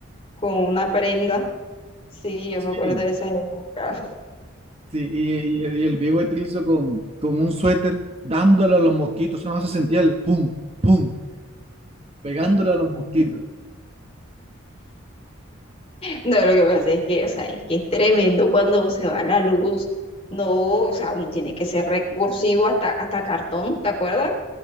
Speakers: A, on the left; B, on the right.
A: con una prenda. Sí, yo
B: Sí,
A: me acuerdo de esa época.
B: sí, y, y- y el viejo Etilso con, con un suéter dándole a los mosquitos. Nada más se sentía el pum, pum, pegándole a los mosquitos.
A: No, lo que pasa es que, o sea, es que es tremendo cuando se va la luz. No, o sea, uno tiene que ser recursivo hasta, hasta cartón, ¿te acuerdas?